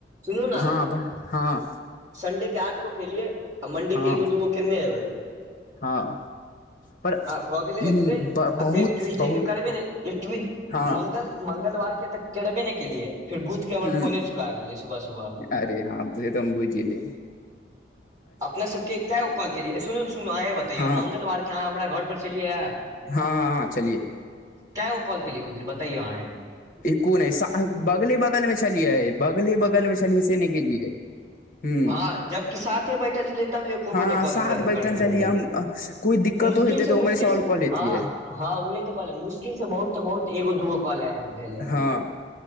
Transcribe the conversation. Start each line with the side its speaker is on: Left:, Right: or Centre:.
Right: सुनू न
Left: हँ पर हँ
Right: संडे के आठ गो केेलिय आ मंडे
Left: हँ
Right: के एगो दूगो केन्ने हवय
Left: हँ पर
Right: ह भऽ गेलै
Left: ई
Right: एतबे आ
Left: बहुत
Right: फेर ट्यूजडे
Left: बहुत
Right: के करबे ने एट्वी
Left: हँ
Right: मंगल मंगलवार के तऽ करबे नहि केलियै फेर बूथ के हमर
Left: ह
Right: फोने चुड़ा गेलै सुबह सुबह
Left: अरे ह पूजा तबुजीले
Right: अपना सबके क गो कॉल केलियै सुनू सुनू अहेँ बतैयो
Left: हँ
Right: मंगलवार के अहाँ हमरा घर पर छललियै
Left: हँ हँ चलियौ
Right: क्य ओ कॉल के लिय उ दिन बताइओ अहाँ ह
Left: एको नहि अ बगले बगलमे छलियै बगले बगलमे छलियै से नहि गेलियै ह
Right: भा जब कि साथे टल च ल तभी एको
Left: हँ
Right: गो ने कॉल
Left: साथ
Right: कर
Left: बैठल
Right: पे
Left: छलियै
Right: लियै
Left: हम कोइ दिक्कतो
Right: मुश्किल
Left: हेतै तऽ
Right: से मुश्किल
Left: उम्हरे सॉल्व कऽ लेतियै
Right: हँ हँंह उहे तऽ कॉलै मुश्किल से बहुत तऽ बहुत एगो दगो कॉल है
Left: हँ